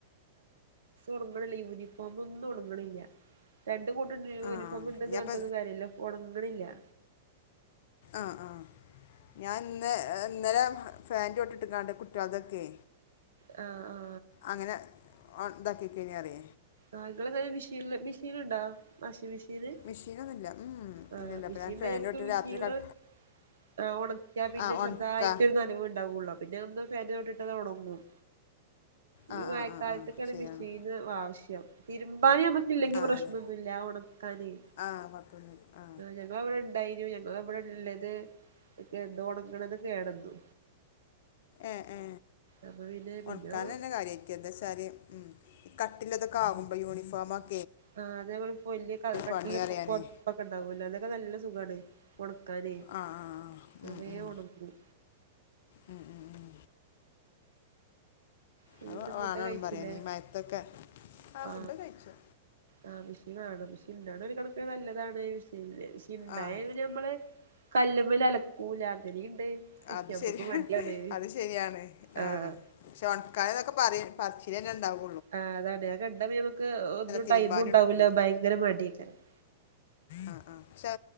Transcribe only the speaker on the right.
ഒണങ്ങണില്ല യൂനിഫോമൊന്നു ഒണങ്ങില്ല രണ്ടുകൂ രൻ്റ്യൂനിഫോം
ണ്ടെന്ന്
പർൺട്ടൊന്നും കാര്യല്ല ഒണങ്ങണില്ലാ
ആ ആ
ആ ഇങ്ങളെങ്ങനെ മഷീൻല് മിഷീന്ണ്ടാ വാഷിംഗ് മിഷീന്
ആ
മെഷീൻണ്ടെ
ഞമക്ക്
മിഷീനില്
ആ ഒണക്കിയാ പിന്നെ
ശെർദ്ധായിട്ടൊരു
നനവ്ണ്ടാവൊള്ളൂ പിന്നെ ഒന്ന് ഫാനിന്റെ ചോട്ടിൽ ഇട്ടാലത് ഉണങ്ങും
ഈ മഴക്കാലത്ത്ക്കാണ്
മിഷീന് വാവവശ്യ തിരുമ്പാനെ നമ്മക്ക് ഇല്ലെങ്കി
പ്രശ്നന്നുല്ല
ഉണക്കാനേ
ഞങ്ങളെ വിടെ ണ്ടായിനു ആ ഇവ്ടെ ല്ലത് എന്തോ ഒണങ്ങണത് കേടന്നു
അപ്പൊ പിന്നെ പിന്നെ
ആ അതേപോലെ പൊ വല്യ ക കട്ടിള്ള
പൊ പുപ്പൊക്കെ ണ്ടാവല്ലോ അല്ലൻകെ നല്ല സുഖാണ് ഒണ്... ക്കാനേ
ന്നവേഗം
ഒണങ്ങും
പിന്ന
എന്താ ഫുഡ്
കഴിച്ചില്ലേ
ആ
ആ മീ ഷീൻ വേണം മെഷീൻണ്ടാവുന്നത് ഒരു കണകക്കിന്ന് നല്ലതാണ് മെഷീൻണ്ടായാൽ
പിന്നെ നമ്മള് കല്ല്.. കല്ലിമേൽ അലക്കൂല അങ്ങനെയുണ്ട്
ഞമ്മക്ക്
മടിയാണ്
ആഹ്
ആ അതാണ് ഞാൻ കണ്ട നമക്ക് ഒന്നും
ടൈമ ഉണ്ടാവൂല
ഭയങ്കര മടയാക്കാരം ക്ക